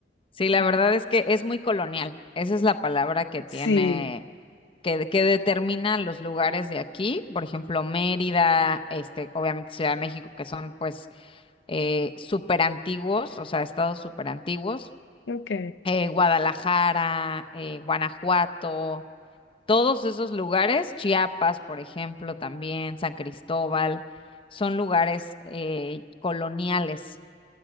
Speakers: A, on the left; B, on the left.
A: Sí, la
B: Mm.
A: verdad es que es muy colonial. Esa es la palabra que tiene,
B: Sí,
A: que, que determina los lugares de aquí. Por ejemplo, Mérida, este, obviamente Ciudad de México, que son pues eh, súper antiguos, o sea, estados súper antiguos.
B: ok,
A: Eh, Guadalajara, eh, Guanajuato, todos esos lugares, Chiapas, por ejemplo, también, San Cristóbal, son lugares eh, coloniales.